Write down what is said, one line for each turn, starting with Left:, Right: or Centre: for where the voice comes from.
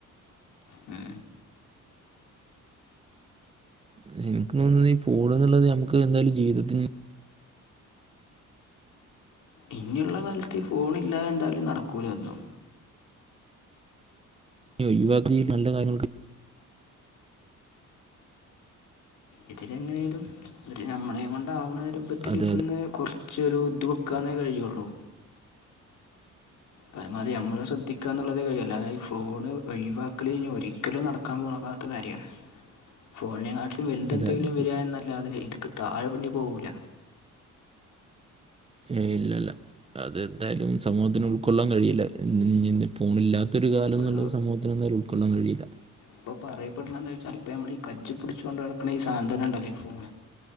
Left: ഉം
Right: പക്ഷെ ഇൻക്ക് തോന്നുന്നത് ഈ ഫോണ്ന്ന്ള്ളത് നമുക്ക് എന്തായാലും ജീവിതത്തിന്
Left: ഇഞ്ഞിള്ള കാലത്ത് ഫോണ്ല്ലാ എന്തായാലും നടക്കൂല ഒന്നും
Right: യൊ ഒഴിവാക്കി നല്ല കാര്യങ്ങൾക്ക്
Left: ഇതിരേങ്ങനെയാലും ഒരു നമ്മളെ കൊണ്ടാവ്ണ രൂപത്തില്
Right: അതെ
Left: ഇതീന്ന്
Right: അതെ
Left: കൊർ ച്ചൊരു ഇത് വെക്കാനേ കഴിയൊള്ളു പരമാവധി നമ്മള് ശ്രദ്ധിക്കന്ന്ള്ളതേ കഴിയു അല്ലാതെ ഈ ഫോണ് ഒഴിവാക്കലഴിഞ്ഞാ ഒരിക്കലും നടക്കാൻ പോകാത്ത കാര്യാണ് ഫോണിനെങ്ങാട്ടിലും വലുതെന്തെങ്കിലും
Right: അതെ അതെ അതെ
Left: വരികയല്ലാതെ എന്നല്ലാതെ ഇത്ക്ക് താഴെപ്പഞ്ഞി പോവൂല
Right: ഏയ്‌ ഇല്ലല്ല അതെന്തായാലും സമൂഹത്തിന് ഉൾക്കൊള്ളാൻ കഴിയില്ല ഇങ്ങനെ ഫോണില്ലാതെ ഇ ത്തൊരു കാലംന്നുള്ളത്
Left: ഇപ്പോൾ
Right: സമൂത്തിന് എന്തായാലും ഉൾക്കൊള്ളാൻ കഴയില്ല
Left: ഇപ്പൊ പറയപ്പെടണ എന്താ വെയ്‌ച്ചാല് ഇപ്പ നമ്മള് ഈ കയ്യിൽ പിടിച്ചു കൊണ്ട് നടക്കുന്ന ഈ സാദനം തന്നെ ഉണ്ടല്ലോ ഈ ഫോൺ